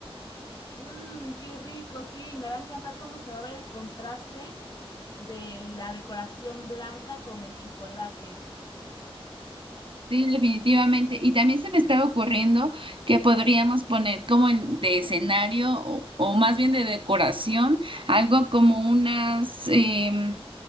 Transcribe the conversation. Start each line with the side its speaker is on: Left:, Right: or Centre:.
Left: Mmm, qué rico, sí, me va a encantar cómo se va a ver el contraste de la decoración blanca con el chocolate.
Right: Sí, definitivamente. Y también se me estaba ocurriendo que podríamos poner como en- de escenario o, o más bien de decoración, algo como unas, em,